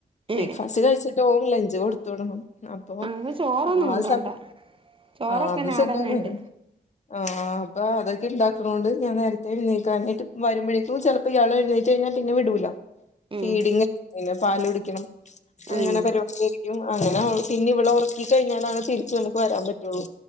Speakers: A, on the left; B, on the right.
A: ബ്രേക്ക്ഫാസ്റ്റ്
B: ഉം
A: കഴിച്ചിട്ട് ഓം ലഞ്ച് കൊടുത്ത് വിടണം അപ്പൊ
B: ഞങ്ങക്ക് ചോറൊന്നും
A: ആ
B: കൊണ്ടോണ്ട
A: സമ
B: ചോറൊക്കെന്നെ
A: ആഹ് അത് സുഖാണ്
B: ആടെന്നെണ്ട്
A: ആഹ് അപ്പൊ അതൊക്കെ ഇണ്ടാക്ക്ണോണ്ട് ഞാൻ നേരത്തെ എഴ്ന്നേക്കാനായിട്ട് വരുമ്പോഴേക്ക് ചെ ഇയാള് എഴുന്നേറ്റ് കഴിഞ്ഞാ പിന്നെ വിടൂല.
B: ഉം
A: ഫീഡിങ്ങെ പാല് കുടിക്കണം അങ്ങനെ
B: ഉം
A: പരിപാടി അങ്ങനെ പിന്നെ ഇവളെ ഒറക്കി കഴിഞ്ഞാലാണ് തിരിച്ചു നമുക്ക് വരാൻ പറ്റുള്ളൂ.